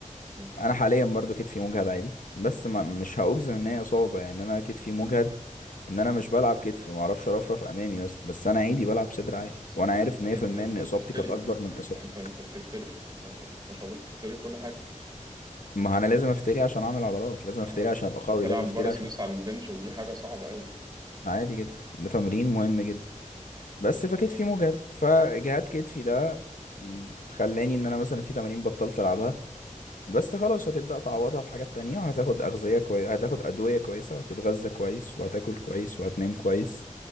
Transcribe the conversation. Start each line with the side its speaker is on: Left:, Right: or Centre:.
Right: مم.
Left: انا حاليا برضو كتفي مجهد عادي بس ما مش هاجزم ان هي اصابه يعني انا كتفي مجهد ان انا مش بلعب كتف ما اعرفش ارفرف امامي مثلا بس انا عادي بلعب صدر عالي
Right: بس
Left: وانا
Right: انت
Left: عارف
Right: كنت
Left: 100%
Right: انت انت
Left: ان اصابتي
Right: بتفتري
Left: كانت اكبر
Right: فاهم
Left: من
Right: يعني
Left: اصابتك
Right: انت انت انت بتفتري في- م- يعني ما شاء الله بتفتري كل حاجه
Left: ما انا لازم افتري عشان اعمل عضلات لازم
Right: اه
Left: افتري
Right: يعني
Left: عشان ابقى قوي
Right: تلعب
Left: لازم افتري
Right: بارس
Left: عشان
Right: مس على البنش ودي حاجه صعبه قوي
Left: عادي جدا ده تمرين مهم جدا بس فكتفي مجهد فاجهاد كتفي ده خلاني ان انا مثلا في تمارين بطلت العبها بس خلاص هتبدأ تعوضها بحاجات تانية وهتاخد أغذية كويسة هتاخد أدوية كويسة وهتتغذى كويس وهتاكل كويس وهتنام كويس